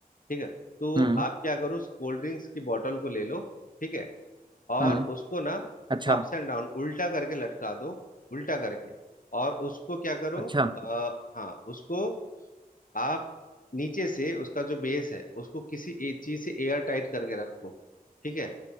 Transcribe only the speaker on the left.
ठीक है तो
आप क्या करो उस कोल्ड ड्रिंक्स की बॉटल को ले लो ठीक है और
उसको ना
अप्स एंड डाउन उल्टा करके लटका दो उल्टा करके और उसको क्या करो
आ, हाँ उसको आप नीचे से उसका जो बेस है उसको किसी एक चीज से एयर टाइट करके रखो ठीक है